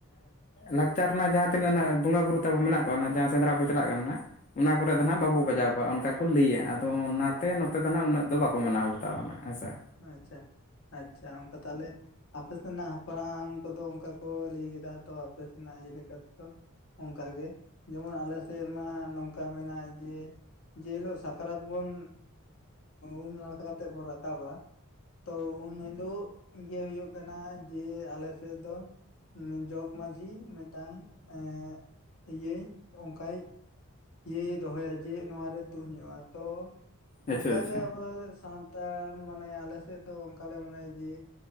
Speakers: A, on the left (about 35°); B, on the left (about 70°).
A: ᱞᱟᱠᱪᱟᱨ ᱨᱮᱱᱟᱜ ᱡᱟᱦᱟᱸ ᱛᱤᱱᱟᱹᱜ ᱱᱟᱦᱟᱜ ᱵᱚᱸᱜᱟᱼᱵᱩᱨᱩ ᱛᱟᱵᱚ ᱢᱮᱱᱟᱜ ᱠᱚᱣᱟ ᱦᱟᱸᱜ ᱡᱟᱦᱟᱸ ᱥᱮᱫᱽᱨᱟ ᱵᱚᱱ ᱪᱟᱞᱟᱜ ᱠᱟᱱᱟ ᱱᱟᱸᱜ ᱚᱱᱟ ᱠᱚᱨᱮ ᱫᱚ ᱱᱟᱦᱟᱜ
B: ᱦᱩᱸ
A: ᱵᱟᱵᱚ ᱵᱟᱡᱟᱣ ᱠᱚᱣᱟ ᱚᱱᱠᱟ ᱠᱚ ᱞᱟᱹᱭᱟ, ᱟᱨ ᱛᱚ ᱚᱱᱱᱟᱛᱮ ᱱᱚᱛᱮ ᱫᱚ ᱱᱟᱦᱟᱜ ᱩᱱᱟᱹᱜ ᱫᱚ ᱵᱟᱠᱚ ᱢᱟᱱᱟᱣ ᱵᱟᱛᱟᱣᱟᱱᱟ ᱱᱟᱸᱜ ᱦᱮᱸ ᱥᱮ᱾
B: ᱟᱪᱪᱷᱟ ᱟᱪᱪᱷᱟ ᱚᱱᱠᱟ ᱛᱟᱞᱮ ᱟᱯᱮ ᱥᱮᱱᱟᱜ ᱦᱟᱯᱲᱟᱢ ᱠᱚᱫᱚ ᱚᱱᱠᱟ ᱠᱚ ᱞᱟᱹᱭ ᱞᱮᱫᱟ ᱛᱚ ᱟᱯᱮ ᱥᱮᱱᱟᱜ ᱤᱭᱟᱹ ᱞᱮᱠᱟ ᱛᱮᱫᱚ ᱚᱝᱠᱟ ᱜᱮ, ᱡᱮᱢᱚᱱ ᱟᱞᱮ ᱥᱮᱫ ᱢᱟ ᱱᱚᱝᱠᱟ ᱢᱮᱱᱟᱜ᱾ ᱡᱮ, ᱡᱮ ᱦᱤᱞᱳᱜ ᱥᱟᱠᱨᱟᱛ ᱵᱚᱱ ᱩᱢ ᱱᱟᱲᱠᱟ ᱠᱟᱛᱮᱜ ᱵᱚᱱ ᱨᱟᱠᱟᱵ-ᱟ᱾ ᱛᱚ, ᱩᱱ ᱦᱤᱞᱳᱜ ᱜᱮ ᱦᱩᱭᱩᱜ ᱠᱟᱱᱟ ᱡᱮ ᱟᱞᱮ ᱥᱮᱫ ᱫᱚ ᱡᱚᱜᱽᱢᱟᱺᱡᱷᱤ ᱢᱤᱫᱴᱟᱝ ᱮᱸ ᱤᱭᱟᱹᱭ ᱚᱱᱠᱟᱭ ᱤᱭᱟᱹᱭ ᱫᱚᱦᱚᱭᱟ ᱡᱮ ᱱᱚᱣᱟ ᱨᱮ ᱛᱩᱧ ᱦᱩᱭᱩᱜᱼᱟ ᱛᱚ
A: ᱟᱪᱪᱷᱟ
B: ᱚᱱᱠᱟᱜᱮ
A: ᱟᱪᱪᱷᱟ
B: ᱟᱵᱚ ᱥᱟᱱ ᱛᱟᱲ ᱢᱟᱱᱮ ᱟᱞᱮᱥᱮᱫ ᱫᱚ ᱚᱱᱠᱟ ᱞᱮ ᱢᱚᱱᱮᱭᱟ ᱡᱮ